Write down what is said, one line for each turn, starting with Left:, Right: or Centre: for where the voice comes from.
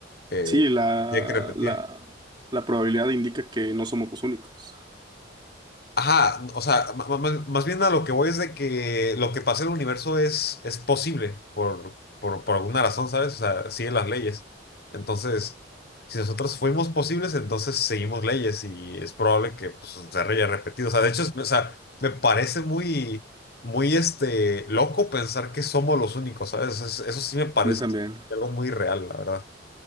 Left: eh,
Right: Sí, la,
Left: hay que repetir.
Right: la, la probabilidad indica que no somos los únicos.
Left: Ajá, o sea, ma- ma- ma- más bien a lo que voy es de que lo que pasa en el universo es, es posible por, por, por alguna razón, ¿sabes? O sea, sigue las leyes. Entonces, si nosotros fuimos posibles, entonces seguimos leyes y es probable que pues, se haya repetido. O sea, de hecho, es- o sea, me parece muy, muy este, loco pensar que somos los únicos, ¿sabes? Es- Eso, sí me parece
Right: A mí también.
Left: algo muy real, la verdad.